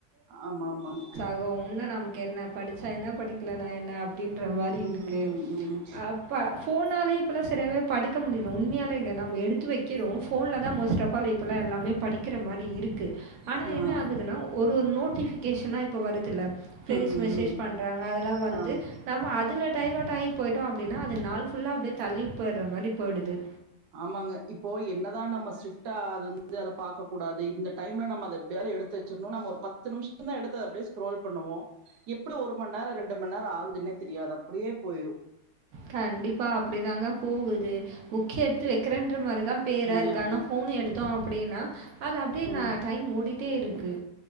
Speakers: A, on the right (about 80°); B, on the right (about 70°).
A: ஆமா ஆமாங்க
B: <unintelligible> உன்ன நமக்கு என்ன படிச்சா என்ன படிக்லனா என்ன அப்டின்ற மாரி
A: ம்
B: இருக்கு
A: ம்
B: இப்ப ஃபோன்னாலே இப்பல்லா சரியாவே படிக்க முடியல உண்மையாலே இங்க நம்ம எடுத்து வெக்கிறோம் ஃபோன்லதா மோஸ்ட் ஆஃப் போல இப்பல்லா எல்லாமே படிக்கிற மாரி இருக்குது ஆனா
A: ம் ஆ
B: என்ன ஆகுதுன்னா ஒரு ஒரு நோட்டிபிகேஷனா இப்ப வருதுல்ல ப்ரெண்ட்ஸ்
A: ம்
B: மெசேஜ்
A: ம்
B: பண்றாங்க அதெல்லா வந்து
A: ஆமா
B: நம்ம அதில டைவர்ட்டாயி போயிட்டோம் அப்டின்னா அது நாள் ஃபுல்லா அப்டியே தள்ளி போயிற மாதிரி போயிடுது
A: ஆமாங்க இப்போ என்னதா நம்ம ஸ்டிட்டா அது வந்து அத பாக்க கூடாது இந்த டைம்ல நம்ம அத எப்டியாவது எடுத் எடுத்து வச்சரணும் நம்ம ஒரு பத்து நிமிஷம் தான் எடுத்த அப்டியே ஸ்க்ரோல் பண்ணுவோம் எப்புடி ஒரு மண் நேரம் ரெண்டு மண் நேரம் ஆகுதுன்னே தெரியாது அப்டியே போயிரு
B: கண்டிப்பா அப்டிதாங்க போகுது ஃபுக் எடுத்து வெக்குறேன்ற மாரிதான் பேரா
A: ம்
B: இருக்கு ஆனா போஃன் எடுத்தோம் அப்டின்னா அது அப்டியேனா
A: ம்.
B: டைம் ஓடிட்டே இருக்கு